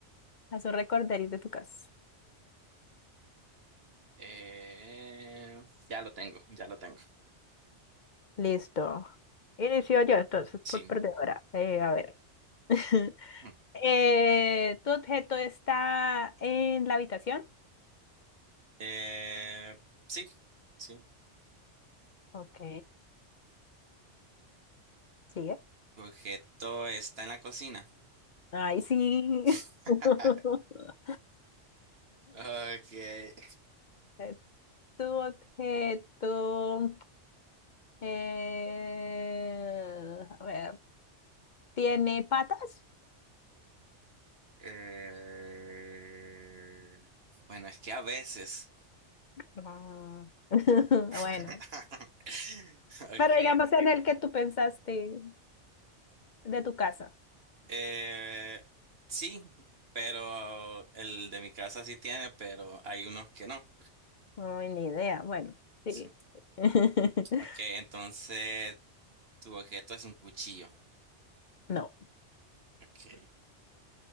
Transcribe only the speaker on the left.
Haz un recorderis de tu casa.
Listo. Inicio yo entonces por
perdedora. Eh, a ver. <laughs>
Eh, ¿tu objeto está en la habitación?
Ok, sigue.
Ay, sí.
<laughs>
Es Tu objeto, eh, a ver, ¿tiene patas?
Ah, <laughs>
bueno,
pero digamos en el que tú pensaste de tu casa.
Ay, ni idea. Bueno. Sí.
<laughs>
No.